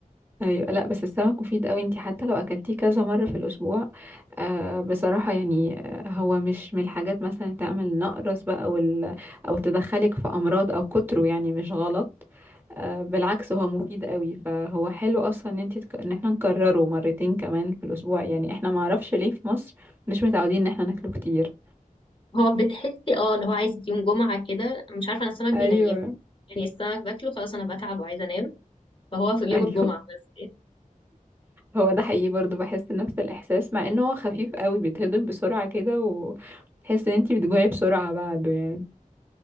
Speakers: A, on the right; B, on the left.
A: ايوه لا بس السمك مفيد قوي انت حتى لو اكلتيه كذا مره في الاسبوع آه بصراحه يعني آه هو مش من الحاجات مثلا تعمل نقرس بقى وال او تدخلك في امراض او كتره يعني مش غلط آه بالعكس هو مفيد قوي فهو حلو اصلا ان انت تك... ان احنا نكرره مرتين كمان في الاسبوع يعني احنا معرفش ليه في مصر مش متعودين ان احنا ناكله كتير
B: هو بتحسي اه اللي هو عايز يوم جمعة كده مش عارفة انا السمك
A: ايوه
B: بينيم يعني السمك باكله خلاص انا بتعب وعايزة انام فهو في يوم
A: <laughs> ايوه
B: الجمعة بس
A: هو ده حقيقي برضو بحس نفس الإحساس مع إنه هو خفيف قوي بيتهضم بسرعة كده وتحس إن انتي بتجوعي بسرعة بعده يعني